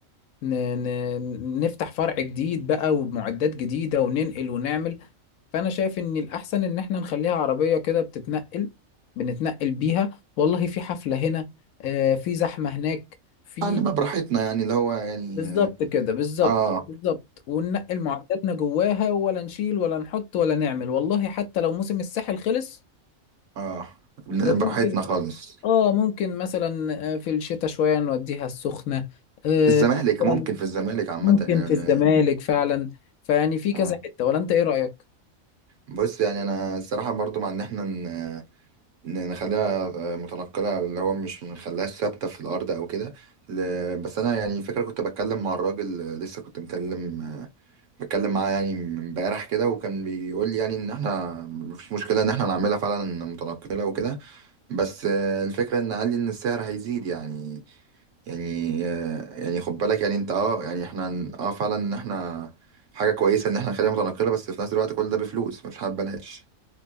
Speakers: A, on the left; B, on the right.
A: ن... ن... نفتح فرع جديد بقى وبمعدات جديدة وننقل ونعمل فانا شايف ان الاحسن ان احنا نخليها عربيه كده بتتنقل بنتنقل بيها والله في حفله هنا آه في زحمه هناك في
B: آه، نبقى براحتنا يعني اللي هو يعني
A: بالظبط كده بالظبط
B: اه
A: بالظبط وننقل معداتنا جواها ولا نشيل ولا نحط ولا نعمل والله حتى لو موسم الساحل خلص
B: اه
A: فممكن
B: براحتنا خالص
A: اه ممكن مثلا آه، في الشتاء شويه نوديها السخنه آه
B: في الزمالك
A: مثلا
B: ممكن في الزمالك عامة
A: ممكن
B: يعني
A: في الزمالك
B: يعني-
A: فعلا فيعني في
B: اه
A: كذا حته ولا انت ايه رايك
B: بص يعني انا الصراحة برضو مع ان احنا ن- ن- نخليها متنقلة اللي هو مش نخليهاش ثابتة في الارض او كده ل- بس انا يعني فكرة كنت بتكلم مع الراجل لسه كنت مكلم بتكلم معاه يعني امبارح كده وكان بيقول لي يعني ان احنا مفيش مشكلة ان احنا نعملها فعلا متنقلة وكده بس الفكرة ان قال لي ان السعر هيزيد يعني يعني يعني خد بالك يعني انت اه يعني احنا ن- اه فعلا ان احنا حاجة كويسة ان احنا نخليها متنقلة بس في نفس الوقت كل ده بفلوس مش حابة بلاش